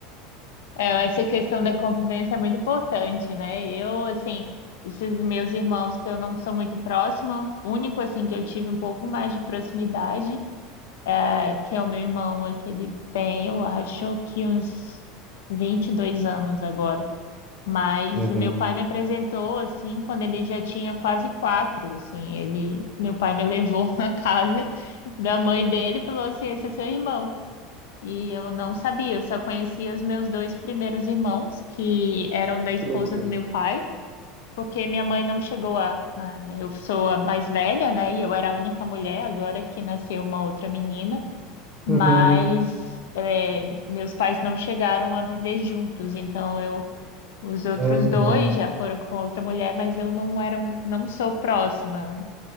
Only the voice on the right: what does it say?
Uhum.
Que loucura.
Uhum,
uhum.